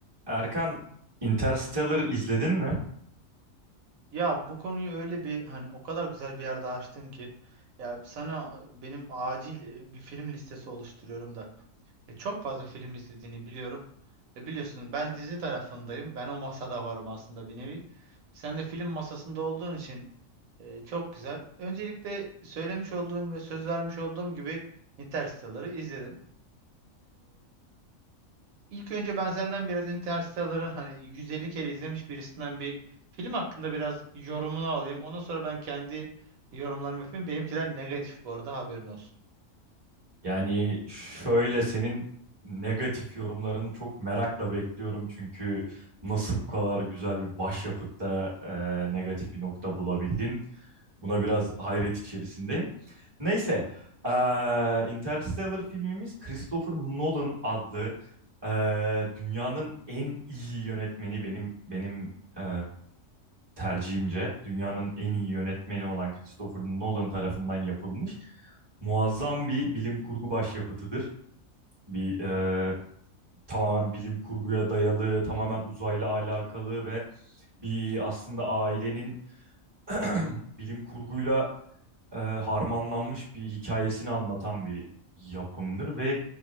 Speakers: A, on the right; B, on the right.
A: Erkan, Interstellar izledin mi?
B: Ya bu konuyu öyle bir hani o kadar güzel bir yerde açtın ki ya sana benim acil e, bir film listesi oluşturuyorum da E, çok fazla film izlediğini biliyorum. E, biliyorsun ben dizi tarafındayım. Ben o masada varım aslında bir nevi. Sen de film masasında olduğun için e, çok güzel. Öncelikle söylemiş olduğun ve söz vermiş olduğum gibi Interstellar'ı izledim. İlk önce ben senden biraz Interstellar'ın hani 150 kere izlemiş birisinden bir film hakkında biraz yorumunu alayım. Ondan sonra ben kendi yorumlarımı yapayım. Benimkiler negatif bu arada haberin olsun.
A: Yani şöyle senin negatif yorumlarını çok merakla bekliyorum çünkü nasıl bu kadar güzel bir başyapıtta e, negatif bir nokta bulabildin? Buna biraz hayret içerisindeyim. Neyse, e, Interstellar filmimiz Christopher Nolan adlı e, dünyanın en iyi yönetmeni benim benim e, tercihimce dünyanın en iyi yönetmeni olan Christopher Nolan tarafından yapılmış muazzam bir bilim kurgu başyapıtıdır. Bir e, tamamen bilim kurguya dayalı, tamamen uzayla alakalı ve bir aslında ailenin <clears throat> bilim kurguyla e, harmanlanmış bir hikayesini anlatan bir yapımdır ve